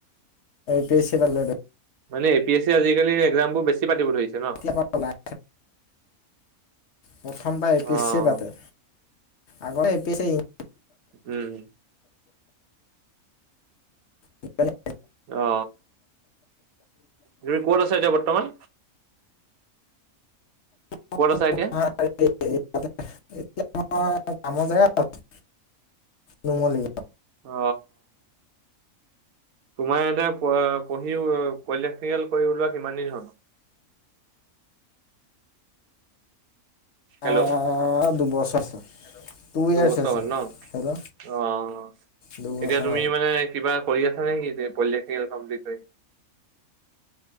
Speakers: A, on the left; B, on the right.
A: এই পি এচি পাতিব
B: মানে এই পি এচি আজিকালি একজাম বোৰ বেছি পাতিব ধৰিছে। ন?
A: কেতিয়াৰ লাই প্ৰথমবাৰ এ পি
B: অ',
A: এচিয়ে কাতে আগতে এই পি এচি
B: উম।
A: <unintelligible>
B: অ তুমি ক'ত আছা এতিয়া বৰ্তমান?
A: <unintelligible>
B: ক'ত আছা এতিয়া?
A: এতিয়া মই‌ কামৰ জেগাত নুমলী
B: অ, তোমাৰ এতিয়া প পঢ়ি পটকনিকেল কৰি ওলোৱা কিমান দিন হ'ল।
A: অ
B: হেল্ল'
A: দুবছৰ। টু ইয়াৰ্চ
B: দুবছৰ
A: হৈছে।
B: হ'ল ন
A: হেল্ল'
B: অ
A: দুবছৰ
B: এতিয়া তুমি মানে কিবা কৰি আছা নেকি যে পলিটেকনিকেল কমপ্লিট কৰি